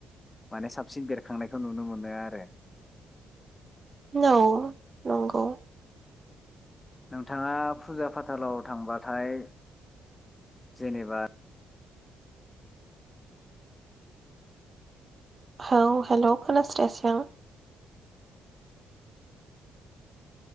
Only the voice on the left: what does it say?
माने साबसिन बेरखांनायखौ नुनो मोनो आरो
नोंथाङा फुजा फाथालाव थांबाथाय जेनेबा